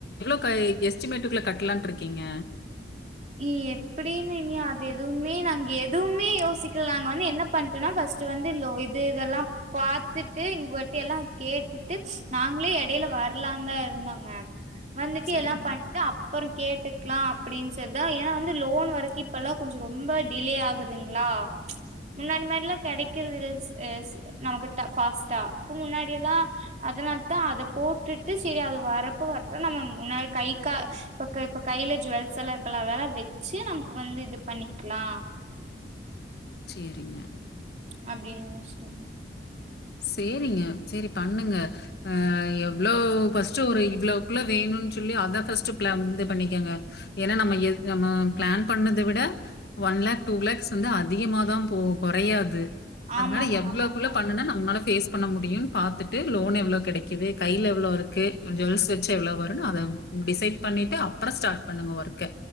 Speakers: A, on the left; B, on the right.
A: இப்பே எஸ்டிமேட்டுக்குள்ள கட்டலான்ட்ருக்கீங்க
B: நீ எப்படின்னு நீ அது எதுவுமே நாங்கேத் துமே யோசிக்குலங் வந்து என்னப் பண்ட்டனா ஃபஸ்ட் வந்துலோ இது இதெல்லா பாத்துட்டு இங்வொட்டி எல்லா கேட்டுட்டு நாங்ளே எடைல வரலான் தா இருந்தோங்க வந்துட்டு
A: சரிங்க,
B: எல்லா பண்ட்டு அப் பறம் கேட்டுக்லா அப்டின்ஸ் தெர்தா ஏனா வந்து லோனு வரக்கி இப்பல்லா கொஞ்ச ரொம்ப டிலே ஆகுதுங்ளா முன்னாடி மேர்ல கெடைக்கிற்தில் செ செ நமக்குட்ட ஃபாஸ்டா ஹூ முன்னாடி எல்லா அதனால்தா அத போட்டுட்டு சிரி அது வரப்ப வரட்டு நம்ம முன்னாடி கை கா பக்க இப்ப கைல ஜுவல்செல்ல கலாவேல வெச்சு நம்க்கு வந்து இது பண்ணிக்லா
A: சேரிங்க
B: அப்டினு வெஷ்டங்
A: சேரிங்க சேரி பண்ணுங்க அ எவ்ளோ ஃபஸ்ட் ஒரு இவ்ளோக்குள்ள வேணுன் சொல்லி அதா ஃபஸ்ட் ப்ளம் இந்து பண்ணிக்கோங்க ஏனா நம்ம எத் நம்ம ப்ளான் பண்ணது விட ஒன் லேக் டூ லேக்ஸ் வந்து அதிகமாத போவ் கொறையாது
B: ஆமாங்க
A: அதுனால எவ்ளோக்குள்ள
B: ஆமாங்க
A: பண்ணுன நா அனா ஃபேஸ் பண்ண முடியுன் பாத்துட்டு லோன் எவ்ளோ கெடக்கிது கைல எவ்ளோ இருக்கு ஜுவல்ஸ் வச்சு எவ்ளோ வருனு அதவ் டிசைட் பண்ணிட்டு அப்பற ஸ்டார்ட் பண்ணுங்க ஒர்க்கே